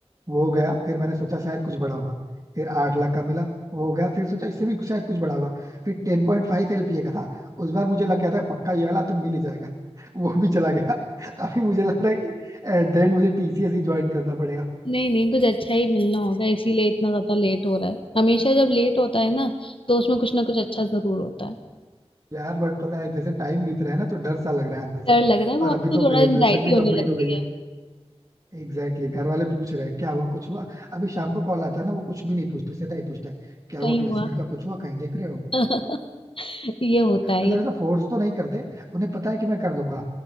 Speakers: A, on the right (about 35°); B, on the left (about 55°).
A: वो गया फिर मैंने सोचा शायद कुछ बड़ा होगा फिर आठ लाख का मिला वो गया फिर सोचा इससे भी कुछ- शायद कुछ बड़ा होगा फिर टेन पॉइंट फाइव एलपीए का था उस बार मुझे लग गया था पक्का ये वाला तो मिल ही जाएगा <laughs> वो भी चला गया अभी मुझे लग रहा है कि एट द एंड मुझे टीसीएस ही ज्वाइन करना पड़ेगा
B: नहीं नहीं कुछ अच्छा ही मिलना होगा इसीलिए इतना ज्यादा लेट हो रहा है हमेशा जब लेट होता है ना तो उसमें कुछ ना कुछ अच्छा जरूर होता है
A: यार बट पता है जैसे टाइम बीत रहा है ना तो डर सा लग रहा है अंदर से
B: डर लग रहा है वो
A: और
B: आपको
A: अभी
B: थोड़ा
A: तो ग्रेजुएशन
B: एंजाइटी
A: भी कंप्लीट
B: होने लगती
A: हो गई है
B: है
A: Exactly exactly. घर वाले पूछ रहे हैं क्या हुआ कुछ हुआ अभी शाम को कॉल आता है ना वो कुछ भी नहीं पूछते सीधा ही पूछते हैं क्या
B: कहीं
A: हुआ प्लेसमेंट
B: हुआ
A: का कुछ हुआ कहीं देख रहे हो
B: <laughs> ये होता है
A: मतलब
B: ये होता
A: ऐसा फोर्स तो नहीं करते उन्हें पता है कि मैं कर लूंगा